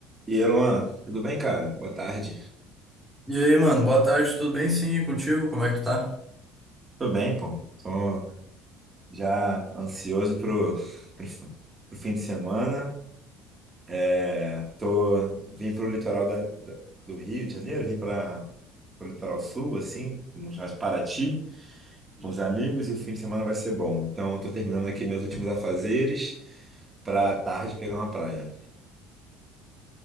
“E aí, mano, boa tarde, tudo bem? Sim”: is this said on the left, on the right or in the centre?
Centre